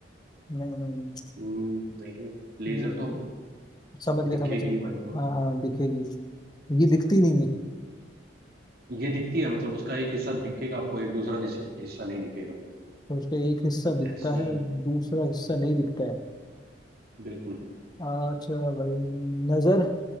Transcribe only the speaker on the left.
नहीं नहीं
नहीं
नहीं समझ गया
समझ गया
हाँ
हाँ दिखेगी ये दिखती नहीं है
तो उसका एक हिस्सा दिखता
है दूसरा हिस्सा नहीं दिखता है
अच्छा भाई नजर